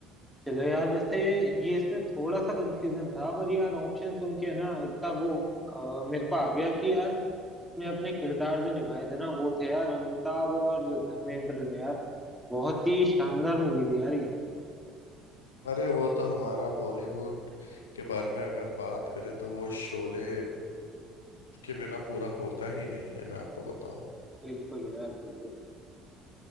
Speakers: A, in the centre; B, on the left.
A: चलो यार वैसे ये इसमें थोड़ा सा कंफ्यूजन था पर यार ऑप्शन सुन के ना इतना वो अ, मेरे को आ गया कि यार में अपने किरदार जो निभाए थे ना वो थे यार अमिताभ और धर्मेंद्र ने यार बहुत ही शानदार मूवी थी यार ये
B: अरे वो तो हमारा बॉलीवुड के बारे में अगर बात करें तो वो शोले के बिना पूरा होता ही नहीं है मैं आपको बताऊं
A: बिल्कुल यार बिल्कुल